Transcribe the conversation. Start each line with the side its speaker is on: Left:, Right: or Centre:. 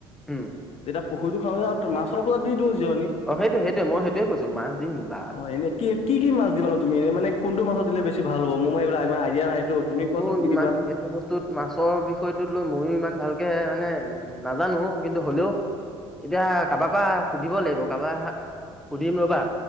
Centre: উম
Left: যেতিয়া পুখুৰীটো খাওঁ যে মাছৰ পজাত দি দিওঁ জিৰণি।
Centre: অ সেইটোৱে - সেইটোৱে মই সেইটোৱে কৈছো মাছ দিম বা
Left: অ এনে কি কি কি মাছ দিবানো তুমি এনেই? মানে কোনটো মাছত দিলে বেছি ভাল হব? মোৰ মনে এইবিলাক ইমান আইডিয়া নাই। ত তুমি
Centre: মোৰ
Left: কোৱাচোন কি
Centre: ইমান
Left: দিবা?
Centre: সেইটো বস্তুত মাছৰ বিষয়টোত লৈ ময়ো ইমান ভালকে মানে নাজানো কিন্তু হ'লেও এতিয়া কাবাৰ পৰা সুধিব লাগিব কাবাৰ সুধিম ৰ'বা।